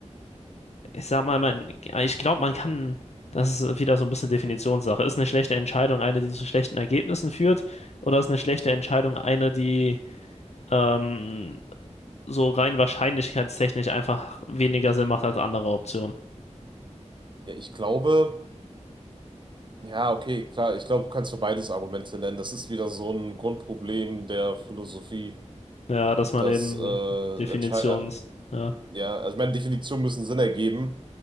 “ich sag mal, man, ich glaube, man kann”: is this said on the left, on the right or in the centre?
Left